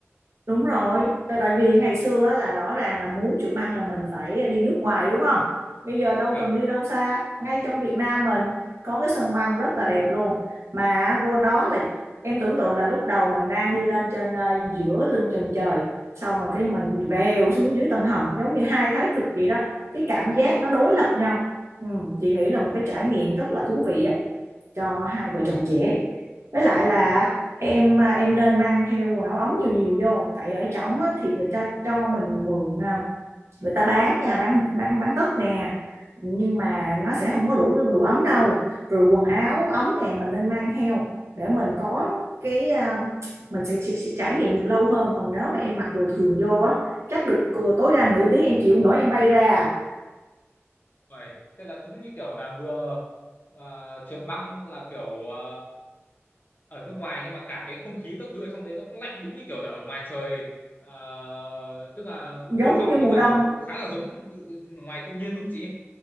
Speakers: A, on the right; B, on the left.
A: Đúng rồi, tại tại vì ngày xưa á, là rõ ràng là muốn chụp băng là mình phải đi nước ngoài đúng không? Bây giờ đâu
B: Vâng.
A: cần đi đâu xa, ngay trong Việt Nam mình có cái sân băng rất là đẹp luôn. Mà vô đó là em tưởng tượng là lúc đầu mình đang đi lên trên ờ, giữa lưng chừng trời, xong rồi cái mình vèo xuống dưới tầng hầm giống như hai thái cực vậy đó. Cái cảm giác nó đối lập nhau. Ừ, chị nghĩ là một cái trải nghiệm rất là thú vị á cho hai vợ chồng trẻ với lại là
B: à,
A: em à, em nên mang theo quần áo ống nhiều nhiều vô tại ở trỏng á, thì người ta cho mình mượn à, người ta bán nha bán bán bán tất nè nhưng mà nó sẽ không có đủ đủ ấm đâu rồi quần áo ấm nè mình nên mang theo để mình có cái à, mình sẽ, sẽ, sẽ trải nghiệm được lâu hơn còn nếu mà em mặc đồ thường vô á chắc được ờ, tối đa nửa tiếng em chịu không nổi em bay ra
B: Vậy, tức là đúng như kiểu là vừa ờ, trượt băng là kiểu ờ, ở nước ngoài nhưng mà cả cái không khí các thứ ở trong đấy nó cũng lạnh đúng như kiểu là ở ngoài trời ờ, tức là
A: giống
B: mô phỏng
A: như mùa
B: nhưng mà
A: đông
B: nó khá là giống tự, ngoài tự nhiên đúng không chị?